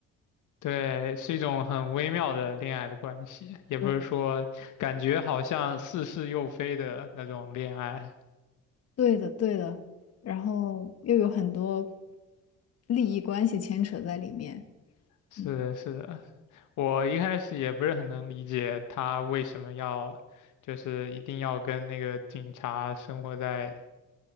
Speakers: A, on the left; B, on the left.
A: 对，是一种很微妙的恋爱的关系，也不是说感觉好像似是又非的那种恋爱。
B: 对，的，对的，对的，然后又有很多利益关系牵扯在里面，
A: 是的，
B: 嗯，
A: 是的，我一开始也不是很能理解他为什么要，就是一定要跟那个警察生活在